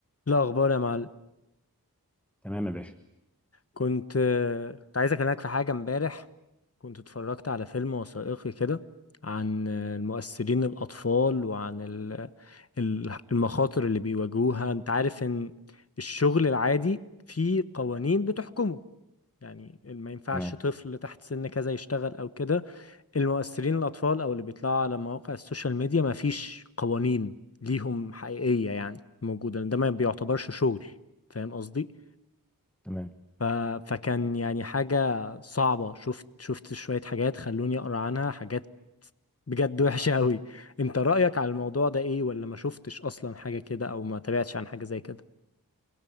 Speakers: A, on the left (about 40°); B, in the centre.
A: لا اخبار يا معلم
B: تمام يا باشا
A: كنت كنت عايز اكلمك في حاجه امبارح كنت اتفرجت على فيلم وثائقي كده عن المؤثرين الاطفال وعن ال- ال- المخاطر اللي بيواجهوها انت عارف ان الشغل العادي فيه قوانين بتحكمه يعني ما ينفعش
B: تمام
A: طفل تحت سن كذا يشتغل او كده المؤثرين الاطفال او اللي بيطلعوا على مواقع السوشيال ميديا ما فيش قوانين ليهم حقيقيه يعني موجوده ده ما بيعتبرش شغل فاهم قصدي
B: تمام
A: ف... فكان يعني حاجة صعبة شفت شفت شوية حاجات خلوني أقرأ عنها حاجات بجد وحشة <laughs> أوي أنت رأيك على الموضوع ده إيه ولا ما شفتش أصلا حاجة كده أو ما تابعتش عن حاجة زي كده